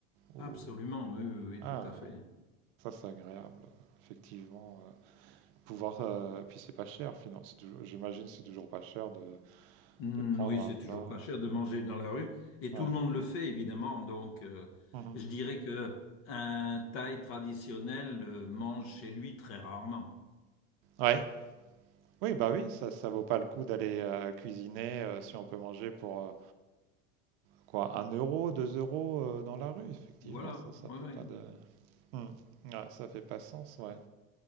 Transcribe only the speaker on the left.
Absolument, oui, oui,
oui, tout à fait.
Hmm,
oui,
c'est
toujours pas cher de manger dans la rue. Et
tout le monde le fait, évidemment. Donc, euh,
je dirais que un Thaï traditionnel euh, mange chez lui très rarement.
Voilà,
oui,
oui.